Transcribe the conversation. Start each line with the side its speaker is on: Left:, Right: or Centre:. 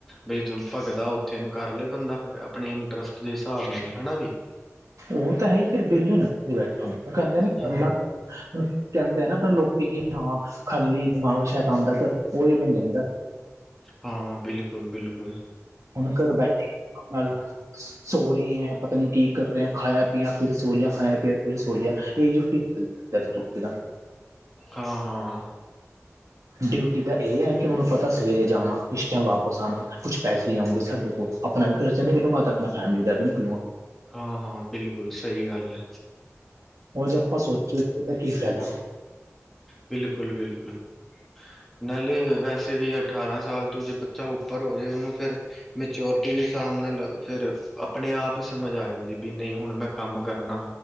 Centre: ਬਈ ਤ ਭਗਦਾ ਓਥੇ ਨੂੰ ਕਾਰ ਲੇ ਬੰਦਾ ਫਿਰ ਅਪਣੇ ਇੰਟਰਸਟ ਦੇ ਸ੍ਹਾਬ ਨਾਲ ਹਣਾ ਵਈ।
Right: ਓ ਤਾਂ ਹੈ ਈ ਫੇਰ ਵੇਲੇ ਨਾ ਤੂਸੀ ਬੈਠੋ, ਓ ਕੈਂਦੇ ਨੇ ਕੌਲਾ
Centre: ਹੂੰ
Right: ਕਰੋ ਹੂਣ ਕੈਂਦੇ ਏ ਨਾ ਲੋਕੀ ਕਿ ਹਾਂ, ਖਾਲੀ ਦਿਮਾਗ ਸ਼ੈਤਾਨ ਦਾ ਘਰ ਓਈ ਬਨ ਜਾਂਦੈ।
Centre: ਹਾਂ, ਬਿਲਕੁਲ-ਬਿਲਕੁਲ।
Right: ਹੁਣ ਘਰ ਬੈਠੇ ਨਾਲ <unintelligible> <inaudible>
Centre: ਹਾਂ-ਹਾਂ।
Right: ਡਿਊਟੀ ਦਾ ਏ ਆ ਕੇ ਓਣੂ ਪਤਾ ਸਵੇਰੇ ਜਾਣਾ, ਇਸ ਟਾਈਮ ਵਾਪਸ ਆਨਾ ਕੁਛ ਪੈਸੇ ਆਉਂਗੇ ਸਾਡੇ ਕੋਲ। ਅਪਣਾ ਵੀ ਖਰਚਾ ਨਿਕਲੂੰਗਾ ਤੇ ਅਪਨਾ ਫੈਮਲੀ ਦਾ ਵੀ ਨਿਕਲੂਂਗਾ।
Centre: ਹਾਂ-ਹਾਂ, ਬਿਲਕੁਲ ਸਈ ਗਾੱਲ ਐ।
Right: ਓ ਜੇ ਆਪਾਂ ਸੋਚੀਏ ਓਦਾ ਕੀ ਫੈਦਾ।
Centre: ਬਿਲਕੁਲ-ਬਿਲਕੁਲ, ਨਾਲੇ ਅ ਵੈਸੇ ਵੀ ਅਠਾਰਾਂ ਸਾਲ ਤੋਂ ਜ ਬੱਚਾ ਉੱਪਰ ਹੋ ਜੇ ਓਨੂੰ ਫੇਰ। ਮੇਚੋਰਟੀ ਦੇ ਸ੍ਹਾਬ ਨਾਲ ਅ, ਫੇਰ ਅਪਣੇ ਆਪ ਈ ਸਮਝ ਆ ਜਾਂਦੀ ਬੀ ਨਈ ਹੁਣ ਮੈਂ ਕਾੰਮ ਕਰਨਾ,